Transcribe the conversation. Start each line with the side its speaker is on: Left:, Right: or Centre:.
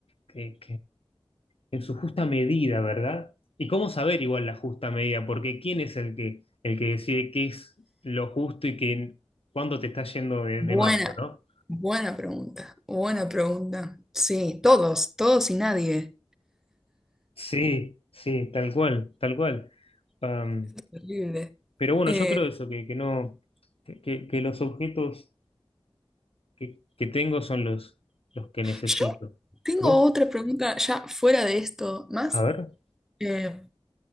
Left: que, en su justa medida, ¿verdad? ¿Y cómo saber igual la justa medida? Porque ¿quién es el que, el que decide qué es lo justo y que, cuándo te está yendo de,
Centre: Buena,
Left: de mambo, ¿no?
Centre: buena pregunta, buena pregunta. Sí, todos, todos y nadie.
Left: Sí, sí, tal cual, tal cual. Am,
Centre: Eso es terrible.
Left: pero bueno,
Centre: Eh,
Left: yo creo eso, que, que no, que, que- que los objetos que, que tengo son los, los que necesito.
Centre: Yo tengo
Left: ¿Vos?
Centre: otra pregunta ya fuera de esto, más
Left: A ver,
Centre: eh,